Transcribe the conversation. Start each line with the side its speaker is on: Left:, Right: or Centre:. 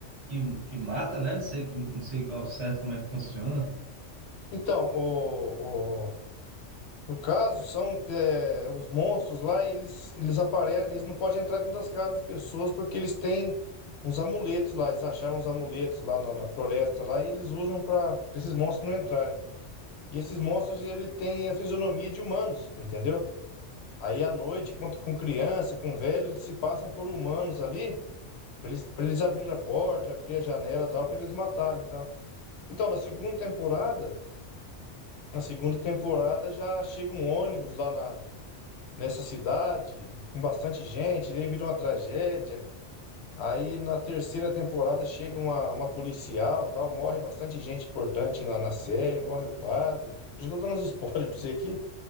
Right: que, que mata, né? Não sei, não sei ao certo como é que funciona.
Left: Então, o, No caso, são é, os monstros lá, eles eles aparecem, eles não podem entrar dentro das casas das pessoas porque eles têm uns amuletos lá, eles acharam uns amuletos lá na, na floresta lá e eles usam para esses monstros não entrarem. E esses monstros ele tem a fisionomia de humanos, entendeu? Aí à noite, com, com criança, com velho, eles se passam por humanos ali para eles para eles abrir a porta, abrir a janela, e tal, para eles matarem, tá? Então, na segunda temporada, na segunda temporada já chega um ônibus lá na nessa cidade, com bastante gente, daí virou uma tragédia. Aí na terceira temporada chega uma, uma policial, tal, morre bastante gente importante na, na série, morre o padre. Já tô dando uns <laughs> spoilers pra você aqui,